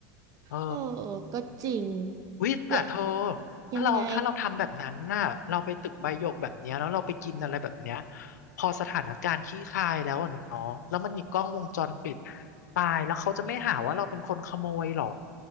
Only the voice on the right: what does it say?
เออก็จริง
ละ
ยังไง